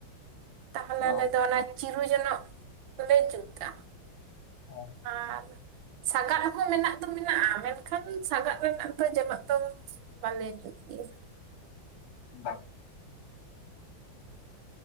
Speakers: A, on the right; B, on the left.
A: ᱛᱟᱦᱚᱞᱮ
B: ᱚ
A: ᱟᱞᱮ ᱫᱚ ᱚᱱᱟ᱾ ᱪᱤᱨᱩ ᱡᱚᱱᱚᱜ ᱞᱮ ᱡᱩᱛᱟ᱾
B: ᱦᱮᱸ
A: ᱟᱨ, ᱥᱟᱜᱟᱫ ᱦᱚᱸ ᱢᱮᱱᱟᱜ ᱫᱚ ᱢᱮᱱᱟᱜᱼᱟ ᱢᱮᱱᱠᱷᱟᱱ ᱥᱟᱜᱟᱫ ᱨᱮᱱᱟᱜ ᱫᱚ ᱡᱮᱱᱚᱜ ᱫᱚ ᱵᱟᱞᱮ ᱡᱩᱛ ᱜᱮᱭᱟ᱾
B: ᱵᱟᱸ